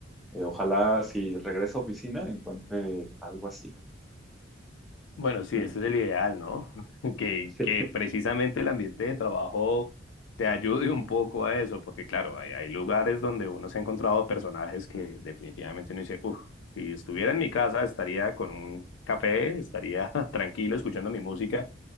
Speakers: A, in the centre; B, on the left (about 75°).
A: eh, ojalá si regreso a oficina encuentre algo así.
B: Bueno, sí,
A: <laughs>
B: ese es el ideal, ¿no? <laughs> Que,
A: Sí,
B: que precisamente el ambiente de trabajo te ayude un poco a eso, porque claro, hay, hay lugares donde uno se ha encontrado personajes que definitivamente uno dice, uff, si estuviera en mi casa estaría con un café, estaría <laughs> tranquilo escuchando mi música